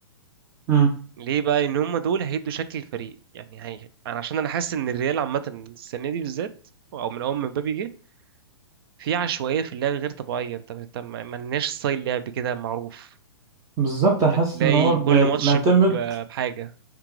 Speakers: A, on the right (about 25°); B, on the right (about 55°).
A: امم
B: ليه بقى ان هم دول هيدوا شكل الفريق يعني هي... انا عشان انا حاسس ان الريال عامه السنه دي بالذات او من اول ما مبابي جه في عشوائية في اللعب غير طبيعية انت انت ما ما لناش ستايل لعب كده معروف
A: بالظبط
B: بتلاقي
A: انا حاسس ان هو بي-
B: كل ماتش
A: معتمد
B: ب- بحاجة